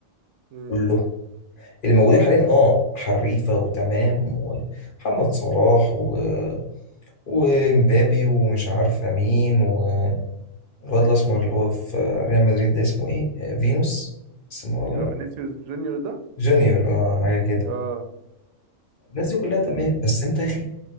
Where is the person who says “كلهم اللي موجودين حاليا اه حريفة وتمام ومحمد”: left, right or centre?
Left